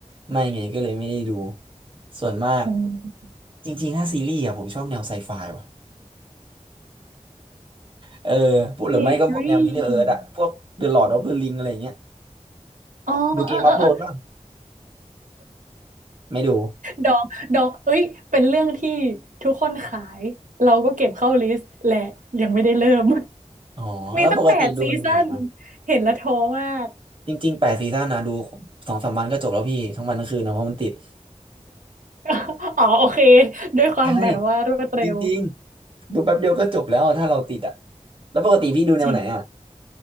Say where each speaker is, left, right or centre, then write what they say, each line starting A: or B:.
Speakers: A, on the right (about 40°); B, on the right (about 85°).
A: ไม่ไงก็เลยไม่ได้ดู ส่วนมาก
B: อืม
A: จริงๆถ้าซีรีส์อะผมชอบแนวไซไฟว่ะเออพวกหรือไม่ก็พวกแนว
B: ซีรีส์
A: Middle Earth อะพวก The Lord of the Ring อะไรอย่างเงี้ย
B: อ๋อเออเออเออ
A: ดูเกมออฟโทนบ้างไม่ดู
B: ดอกดองเอ้ยเป็นเรื่องที่ทุกคนขายเราก็เก็บเข้าลิสต์และยังไม่ได้เริ่ม
A: อ๋อแล้วปกติดูหนังไหนมา
B: มีตั้งแปดซีซั่นเห็นแล้วท้อมาก
A: จริงๆแปดซีซั่นนะดูสองสามวันก็จบแล้วพี่ทั้งวันทั้งคืนนะเพราะมันติด
B: <laughs> อ๋อโอเคด้วยความแบบว่ารวดเร็ว
A: ใช่ จริงๆดูแป๊บเดียวก็จบแล้วถ้าเราติดอ่ะแล้วปกติพี่ดูแนวไหนอ่ะ
B: จริง